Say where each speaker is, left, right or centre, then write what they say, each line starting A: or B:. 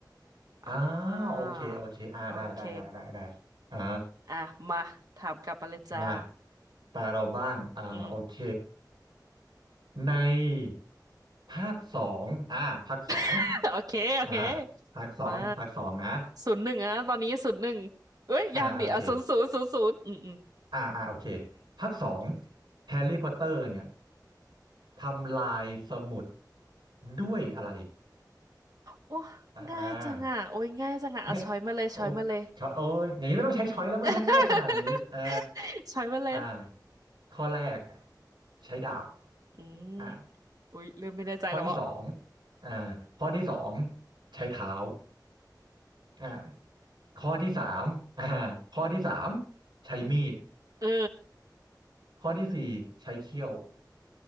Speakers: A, on the right (about 80°); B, on the right (about 55°).
A: อ่า
B: อ่า
A: โอเคโอเคอ่าได้ได้ได้ได้ได้
B: โอเค
A: อ่า
B: อ่ะมาถามกลับมาเลยจ้า
A: มาตาเราบ้างอ่าโอเค
B: อืม
A: ในภาคสองอ่าภาคสอง
B: <laughs> โอเคโอเค
A: อ่าภาคสองภาคสองนะ
B: มาศูนย์หนึ่งอะตอนนี้ศูนย์หนึ่งเอ้ยยังดิอ่ะศูนย์ศูนย์ศูนย์ศูนย์อืมอืม
A: อ่าโอเคอ่าอ่าโอเคภาคสองแฮร์รี่พอตเตอร์เนี่ย ทำลายสมุดด้วยอะไร
B: โอ้
A: อ่า
B: ง่ายจังอ่ะโอ้ยง่ายจังอ่ะเอาช้อยมาเลยช้อยมาเลย
A: เนี่ยโอ้ช้อโอ้ยอย่างนี้ไม่ต้องใช้ช้อยแล้วมั้งทั้งง่ายขนาดนี้อ่า
B: <laughs> <laughs> ใช้มาเลย
A: อ่าข้อแรกใช้ดาบ
B: อืม
A: อ่า
B: อุ๊ยเริ่มไม่แน่ใจแล้วอ่ะ
A: ข้อที่สองอ่าข้อที่สองใช้เท้าอ่าข้อที่สามอ่าข้อที่สามใช้มีด
B: เออ
A: ข้อที่สี่ใช้เขี้ยว